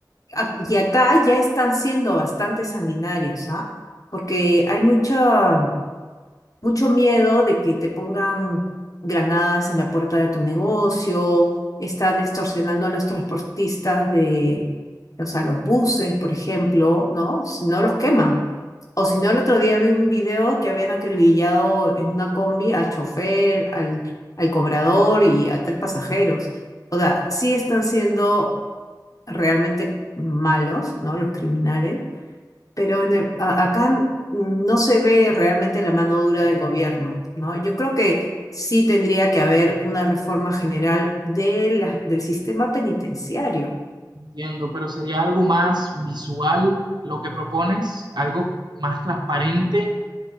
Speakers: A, on the left (about 50°); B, on the right (about 70°).
A: a- Y acá ya están siendo bastante sanguinarios, ¿ah? Porque hay mucho mucho miedo de que te pongan granadas en la puerta de tu negocio, están extorsionando a los transportistas de, o sea, los buses, por ejemplo, ¿no? Si no los queman. O si no, el otro día vi un video que habían acribillado en una combi al chofer, al, al cobrador y a tres pasajeros. O sea, sí están siendo realmente malos, ¿no? Los criminales, pero en el- a- acá no se ve realmente la mano dura del gobierno, ¿no? Yo creo que sí tendría que haber una reforma general de la- del sistema penitenciario.
B: Entiendo, pero sería algo más visual lo que propones, algo más transparente